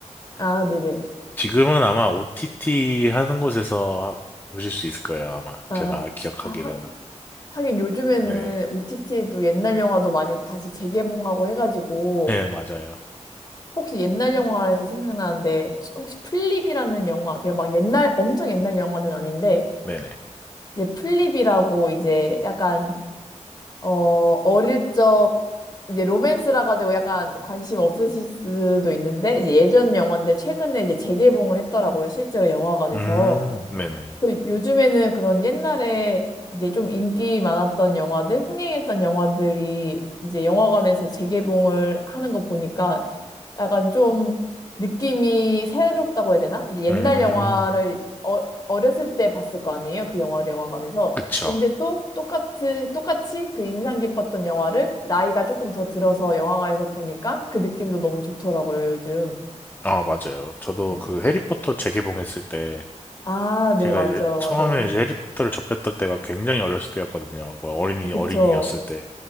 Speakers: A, on the left (about 30°); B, on the left (about 15°).
A: 아, 네네.
B: 지금은 아마 OTT 하는 곳에서 보실 수 있을 거예요. 아마
A: 아,
B: 제가 기억하기로는
A: 아, 하- 하긴 요즘에는
B: 네네
A: OTT에도 옛날 영화도 많이 다시 재개봉하고 해가지고
B: 맞아요.
A: 혹시 옛날 영화에서 생각나는데 혹시 플립이라는 영화 아세요? 막 옛날, 엄청 옛날 영화는 아닌데
B: 네네
A: 이제 플립이라고 이제 약간 어 어릴 적 이제 로맨스라 가지고 약간 관심 없으실 수도 있는데 이제 예전 영화인데 최근에 이제 재개봉을 했더라고요. 실제로 영화관에서.
B: 음 네네
A: 또 요즘에는 그런 옛날에 이제 좀 인기 많았던 영화들, 흥행했던 영화들이 이제 영화관에서 재개봉을 하는 거 보니까 약간 좀 느낌이 새롭다고 해야 되나? 이제 옛날
B: 음
A: 영화를 어, 어렸을 때 봤을 거 아니에요? 그 영화를 영화관에서.
B: 그쵸.
A: 근데 또 똑같이, 똑같이 그 인상 깊었던 영화를 나이가 조금 더 들어서 영화관에서 보니까 그 느낌도 너무 좋더라고요, 요즘.
B: 아, 맞아요. 저도
A: 네.
B: 그 해리포터 재개봉했을 때,
A: 아,
B: 제가
A: 네, 맞죠,
B: 이제 처음에
A: 맞아요.
B: 이제 해리포터를 접했던 때가 굉장히 어렸을 때였거든요. 그 어린이,
A: 그쵸.
B: 어린이였을 때.